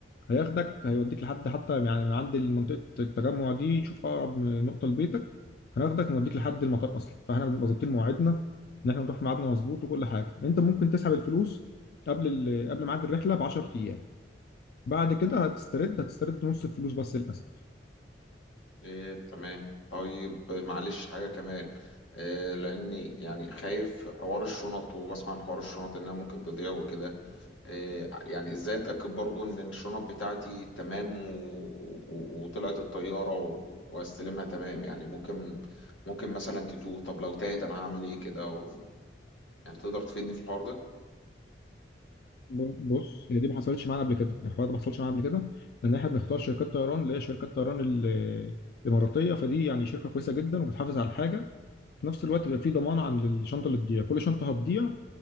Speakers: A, on the left (about 55°); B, on the left (about 85°).
A: هياخدك هيوديك لحد حتى يعني من عند منطقة التجمع دي شوف أقرب من نقطة لبيتك هناخدك نوديك لحد المطار أصلا فاحنا بنبقى ظابطين مواعيدنا إن احنا نروح في ميعادنا مظبوط وكل حاجة أنت ممكن تسحب الفلوس قبل ال... قبل ميعاد الرحلة ب 10 أيام بعد كده هتسترد هتسترد نص الفلوس بس للأسف
B: إيه تمام طيب معلش حاجة كمان إيه لاني يعني خايف حوار الشنط وبسمع عن حوار الشنط انها ممكن تضيع وكده إيه يعني ازاي اتأكد برضو ان الشنط بتاعتي تمام و... و... وطلعت الطيارة و... واستلمها تمام يعني ممكن ممكن مثلا تتوه طب لو تاهت انا هعمل ايه كده و... يعني تقدر تفيدني في الحوار ده
A: ب- بص هي دي ما حصلتش معانا قبل كده الحوار ده ما حصلش معانا قبل كده لأن احنا بنختار شركات طيران اللي هي شركات طيران ال- الإماراتية فدي يعني شركة كويسة جدا وبتحافظ على الحاجة في نفس الوقت بيبقى في ضمان عن الشنطه اللي تضيع كل شنطه هتضيع